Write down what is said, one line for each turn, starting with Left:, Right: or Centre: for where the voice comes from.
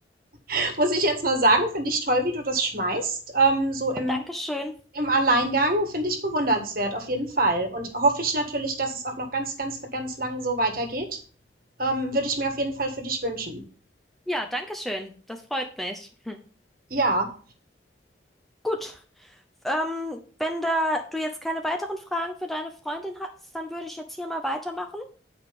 Right: <laughs> muss ich jetzt mal sagen, finde ich toll, wie du das schmeißt. Ähm, so im,
Centre: Dankeschön.
Right: im Alleingang finde ich bewundernswert, auf jeden Fall. Und hoffe ich natürlich, dass es auch noch ganz, ganz, ganz lang so weitergeht. Ähm, würde ich mir auf jeden Fall für dich wünschen.
Centre: Ja, Dankeschön. Das freut mich. Hm.
Right: Ja.
Centre: Gut, ähm, wenn da du jetzt keine weiteren Fragen für deine Freundin hast, dann würde ich jetzt hier mal weitermachen.